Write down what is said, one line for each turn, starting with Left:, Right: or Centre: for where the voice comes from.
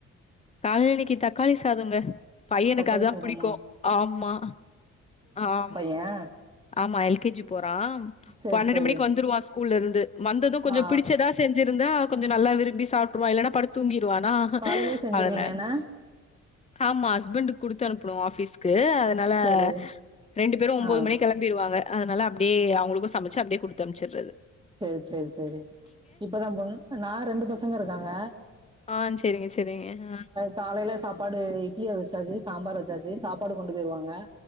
Left: கால்லனிக்கி தக்காளி சாதோங்க பையனுக்கு
Right: தக்காளி
Left: அதா
Right: சாதமா
Left: புடிக்கு ஆமா ஆம்
Right: ஆ
Left: ஆமா எல்கேஜி போறா
Right: சேரி
Left: பன்னெண்டு
Right: சேரி
Left: மணிக்கு வந்துருவா ஸ்கூல்லருந்து வந்தது கொஞ்ச
Right: ஆ
Left: பிடிச்சதா அ செஞ்சிருந்தா கொஞ்ச நல்லா விரும்பி சாப்ட்ருவா இல்லன்னா படுத் தூங்கிர்வானா
Right: காலையிலயே செஞ்சிருவீங்க
Left: அதனா
Right: என்ன
Left: ஆமா ஹஸ்பண்டுக் குடுத்து அனுப்பனு ஆபீஸ்க்கு அதனால
Right: சேரி
Left: ரெண்டு பேரு ஒம்பது
Right: ஆ
Left: மணிக் கிளம்பிருவாங்க அதனால அப்டியே அவுங்ளுக்கு சமச்சு அப்டியே குடுத்து அனுப்ச்சிற்றது
Right: சேர் சேர் சேரி இப்பதா போ நா ரெண்டு பசங்க இருக்காங்க
Left: ஆன் சரிங்க சரிங்க ஆ
Right: காலையல சாப்பாடு இட்லிய வச்சாச்சு சாம்பாரு வச்சாச்சு சாப்பாடு கொண்டு போய்ருவாங்க